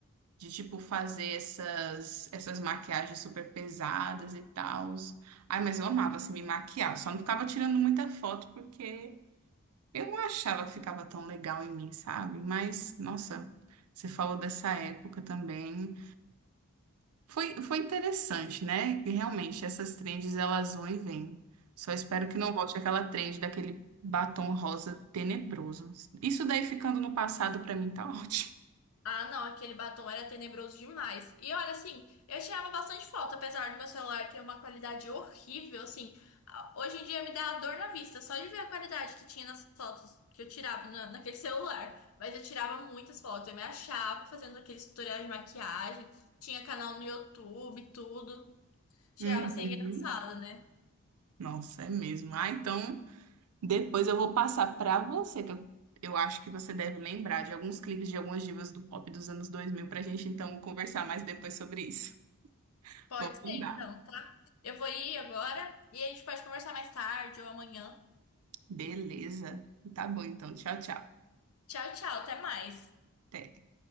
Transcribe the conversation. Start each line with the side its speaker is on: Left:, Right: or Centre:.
Right: De, tipo, fazer essas, essas maquiagens super pesadas e tal. Ai, mas eu amava, assim, me maquiar. Eu Só não ficava tirando muita foto porque. Eu não achava que ficava tão legal em mim, sabe? Mas, nossa, você falou dessa época também. Foi, foi interessante, né? E Realmente, essas trends, elas vão e vêm. Só espero que não volte aquela trend daquele batom rosa tenebroso. Isso daí ficando no passado, pra mim, tá <laughs> ótimo.
Left: Ah, não, aquele batom era tenebroso demais. E olha, assim, eu tirava bastante foto, apesar do meu celular ter uma qualidade horrível, assim. a- Hoje em dia me dá dor na vista, só de ver a qualidade que tinha nas fotos que eu tirava na- naquele celular. Mas eu tirava muitas fotos, eu me achava fazendo aqueles tutoriais de maquiagem, tinha canal no YouTube, tudo. Chegava
Right: Uhum.
Left: a ser engraçado, né?
Right: Nossa, é mesmo. Ah, então, depois eu vou passar pra você, que eu, eu acho que você deve lembrar de alguns clipes de algumas divas do pop dos anos 2000, pra gente, então, conversar mais depois sobre isso.
Left: Pode
Right: Vou
Left: ser
Right: mandar.
Left: então, tá? Eu vou ir agora e a gente pode conversar mais tarde ou amanhã.
Right: Beleza. Tá bom, então. Tchau, tchau.
Left: Tchau, tchau, até mais.
Right: Até.